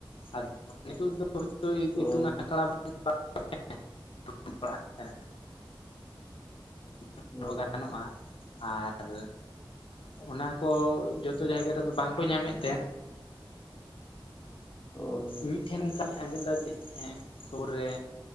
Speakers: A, on the left; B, on the left.
A: ᱟᱫᱚ ᱱᱤᱛᱚᱜ ᱫᱚ ᱦᱭᱛᱳ <unintelligible>
B: ᱦᱳᱭ
A: ᱤᱛᱩᱱ ᱟᱠᱥᱲᱟ ᱵᱚᱱ <unintelligible> ᱯᱟᱲᱦᱟᱜ ᱠᱟᱱᱟ <unintelligible>
B: ᱦᱳᱭ
A: ᱜᱟᱱᱚᱜᱼᱟ ᱟᱨ ᱚᱱᱟ ᱠᱚ ᱡᱚᱛᱚ ᱡᱟᱭᱜᱟ ᱨᱮᱫᱚ ᱵᱟᱝᱠᱚ ᱧᱟᱢᱮᱫ ᱛᱮᱼᱼ
B: ᱦᱳᱭ
A: ᱢᱤᱫ ᱴᱷᱮᱱ ᱚᱱᱠᱟᱧ ᱟᱸᱡᱚᱢ ᱫᱟ ᱡᱮ ᱦᱮᱸ ᱠᱷᱚᱵᱚᱨ ᱨᱮᱼᱼ